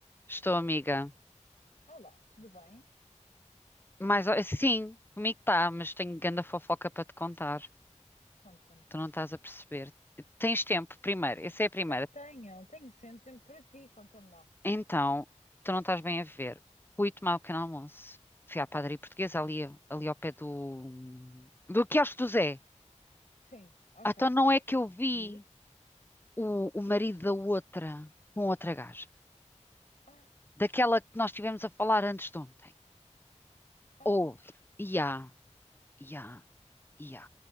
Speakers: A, on the left; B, on the left.
A: Estou, amiga.
B: Olá, tudo bem?
A: Mas ó, sim, comigo está, mas tenho ganda fofoca para te contar.
B: Conta-me.
A: Tu não estás a perceber. Tens tempo, primeiro. Essa é a primeira.
B: Tenho, tenho, tenho sempre tempo para ti, conta-me lá.
A: Então, tu não estás bem a ver. Fui tomar o pequeno almoço. Fui à padaria portuguesa ali, ali ao pé do... Do quiosque do Zé.
B: Sim, ok.
A: Ah, Então não é que eu vi
B: E?
A: o, o marido da outra com outra gaja.
B: Ah,
A: Daquela que nós estivemos a falar antes de ontem.
B: ah,
A: Ou, ia, ia, ia.